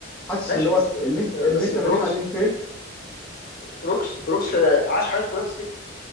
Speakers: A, in the centre; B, on the left (about 45°).
A: حاسس
B: ماشي
A: اللي هو
B: بس بس
A: اللي,
B: بس
A: اللي انت
B: بروكس
A: بنيت عليه الفيلم
B: بروكس بروكس آه، عاش حياته كلها في السجن